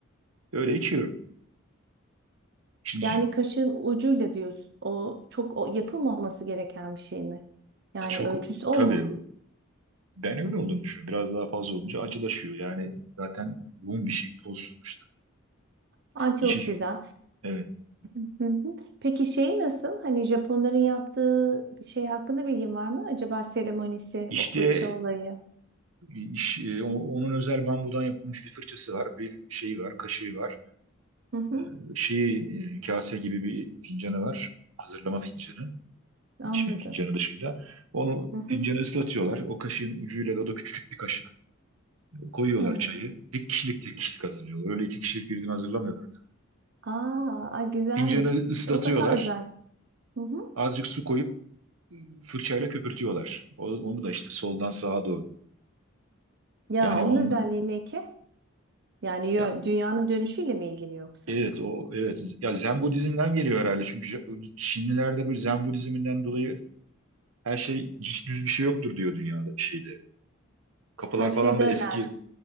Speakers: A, on the right (about 85°); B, on the right (about 55°).
A: Öyle içiyorum. Şimdi
B: Yani kaşığın ucuyla diyorsun. O çok o, yapılmaması gereken bir şey mi? Yani
A: Çok
B: ölçüsü o
A: tabii
B: mu?
A: ben öyle olduğunu düşünüyorum. Biraz daha fazla olunca acılaşıyor. Yani zaten yoğun bir şey toz sonuçta.
B: Antioksidan.
A: İçi, evet.
B: Hı hı. Peki şeyi nasıl? Hani Japonların yaptığı şey hakkında bilgin var mı? Acaba seremonisi,
A: İşte
B: o fırça olayı.
A: iş, e, o- onun özel bambudan yapılmış bir fırçası var, bir şeyi var, kaşığı var.
B: Hı hı.
A: E, şeyi e, kase gibi bir fincanı var. Hazırlama fincanı,
B: Anladım.
A: içme fincanı dışında. Onu
B: Hı hı.
A: fincanı ıslatıyorlar. O kaşığın ucuyla da o da küçücük bir kaşık. Koyuyorlar
B: He.
A: çayı. Tek kişilik tek kişilik hazırlıyorlar. Öyle iki kişilik birden hazırlamıyorlar. tabii.
B: Aa, ay güzelmiş.
A: Fincanı ıslatıyorlar.
B: O daha özel. Hı hı.
A: Azıcık su koyup fırçayla köpürtüyorlar. O- Onu da işte soldan sağa doğru.
B: Ya
A: Yani
B: onun
A: on
B: özelliği ne ki? Yani yön-
A: ya
B: dünyanın dönüşüyle mi ilgili yoksa?
A: evet o evet ya Zen Budizm'den geliyor herhalde. Çünkü Ja- Çinlilerde böyle Zen Budizm'inden dolayı her şey hiç düz bir şey yoktur diyor dünyada şeyde. Kapılar
B: Her şey
A: falan
B: döner.
A: da eski